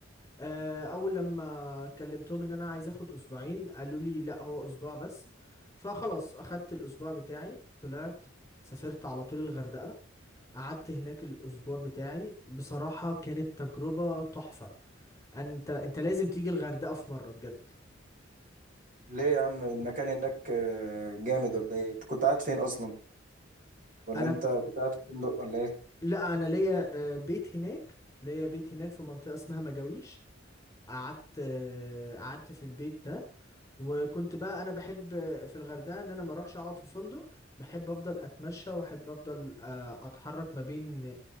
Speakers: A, on the left; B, on the right.
A: آه، اول لما كلمتهم ان انا عايز اخد اسبوعين قالوا لي لا هو اسبوع بس فخلاص اخدت الاسبوع بتاعي طلعت سافرت على طول الغردقة قعدت هناك الاسبوع بتاعي بصراحة كانت تجربة تحفة انت انت لازم تيجي الغردقة في مرة بجد
B: ليه يا عم المكان هناك آه، جامد ولا ايه انت كنت قاعد فين اصلا ولا
A: انا
B: انت كنت قاعد في فندق ولا ايه
A: لا انا ليا آه، بيت هناك ليا بيت هناك في منطقة اسمها مجاويش قعدت آه، قعدت في البيت ده وكنت بقى انا بحب آه، في الغردقة ان انا ما اروحش اقعد في فندق بحب افضل اتمشى واحب افضل آه، اتحرك ما بين